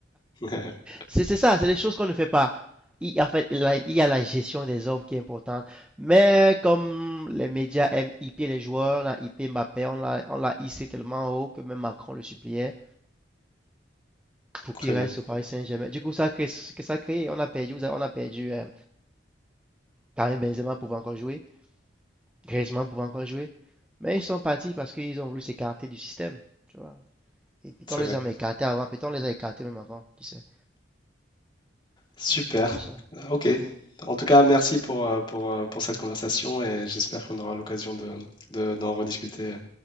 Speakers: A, on the left; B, in the centre.
A: <laughs>
B: C'est ça, c'est les choses qu'on ne fait pas. Il, en fait, il y a- la gestion des hommes qui est importante. Mais comme les médias aiment hyper les joueurs, on a hyper Mbappé, on l'a on l'a hissé tellement haut que même Macron le suppliait pour qu'il
A: Très bien,
B: reste au Paris Saint-Germain. Du coup, ça a créé, que ça a on a perdu, on a perdu euh, Karim Benzema pouvait encore jouer, Griezmann pouvait encore jouer. Mais ils sont partis parce qu'ils ont voulu s'écarter du système, tu vois. Et puis
A: c'est
B: on les
A: vrai.
B: a écartés avant, puis on les a écartés même avant, tu sais.
A: Super.
B: C'est un peu ça.
A: Ok. En tout cas, merci pour, euh, pour, euh, pour cette conversation et j'espère qu'on aura l'occasion de, de- d'en rediscuter